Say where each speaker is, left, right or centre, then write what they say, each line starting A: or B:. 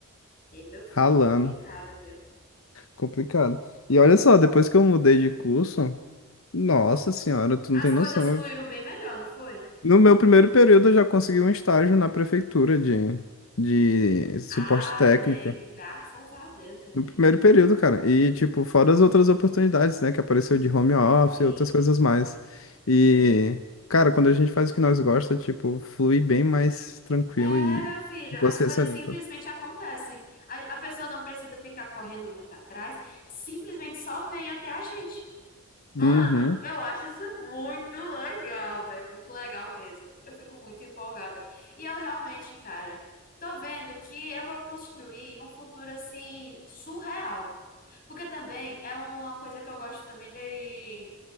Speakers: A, on the left; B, on the left.
A: Ei, meu filho,
B: Ralando.
A: complicado, viu?
B: Complicado. E olha só, depois que eu mudei de curso, nossa senhora, tu
A: As
B: não tem noção.
A: coisas fluíram bem melhor, não foi?
B: No meu primeiro período, eu já consegui um estágio na prefeitura de, de suporte
A: Amém.
B: técnico.
A: Graças a Deus, meu
B: No
A: filho.
B: primeiro período, cara. E, tipo, fora as outras oportunidades, né? Que apareceu de home office
A: Sim.
B: e outras coisas mais. E, cara, quando a gente faz o que nós gosta, tipo, flui bem mais tranquilo
A: É,
B: e
A: meu filho, as
B: consciência
A: coisas
B: limpa.
A: simplesmente acontecem. A, a pessoa não precisa ficar correndo muito atrás, simplesmente só vem até a gente.
B: Uhum,
A: Mano, eu acho isso muito legal, velho. Muito legal mesmo. Eu fico muito empolgada. E eu realmente, cara, tô vendo que eu vou construir um futuro assim surreal. Porque também é uma coisa que eu gosto também de